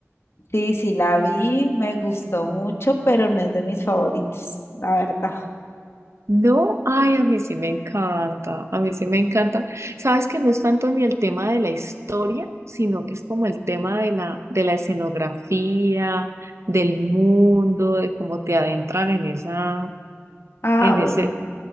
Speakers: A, on the left; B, on the right.
A: sí, sí la vi, me gustó mucho, pero no es de mis favoritos, la verdad.
B: No, ay, a mí sí me encanta, a mí sí me encanta. Sabes que no es tanto ni el tema de la historia, sino que es como el tema de la, de la escenografía, del mundo, de cómo te adentran en esa,
A: Ah,
B: en
A: bueno,
B: ese,